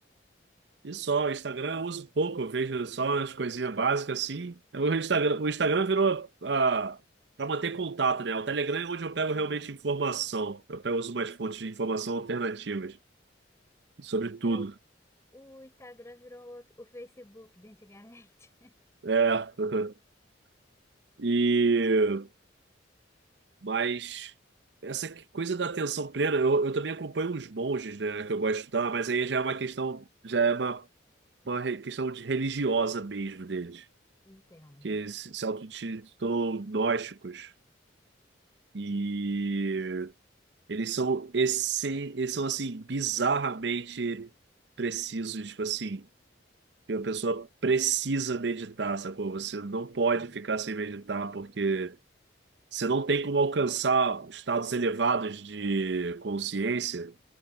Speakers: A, on the right; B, on the left.
A: E só, o Instagram eu uso pouco, eu vejo só as coisinhas básicas assim. O Instagram, o Instagram virou ah, para manter contato, né? O Telegram é onde eu pego
B: Sim.
A: realmente informação. Eu pego, uso umas fontes de informação alternativas sobre tudo.
B: É, o Instagram virou o Facebook de antigamente.
A: É. <laughs> E mas essa que- coisa da atenção plena, eu, eu também acompanho uns monges, né, que eu gosto de estudar, mas aí já é uma questão, já é uma, uma re- questão de religiosa mesmo deles,
B: <laughs> Entendo.
A: que se, se autotitulam gnósticos. E eles são essen... eles são assim bizarramente precisos, tipo assim, que a pessoa precisa meditar, sacou? Você não pode
B: Sim.
A: ficar sem meditar porque você não tem como alcançar estados elevados de consciência